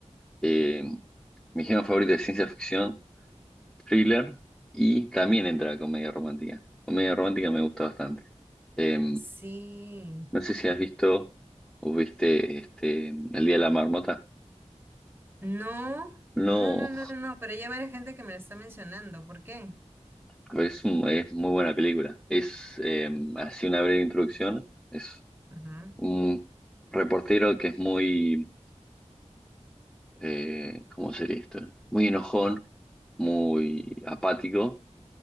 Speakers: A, in the centre; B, on the right.
A: Eh, mi género favorito es ciencia ficción, thriller y también entra la comedia romántica. Comedia romántica me gusta bastante. Eh,
B: Sí.
A: no sé si has visto o viste este, El Día de la Marmota.
B: No,
A: No,
B: no, no, no, no, no, pero ya varias gente que me lo está mencionando. ¿Por qué?
A: pero es, un- es muy buena película. Es eh, así una breve introducción. Es
B: Ajá,
A: un reportero que es muy, eh, ¿cómo sería esto? Muy enojón, muy apático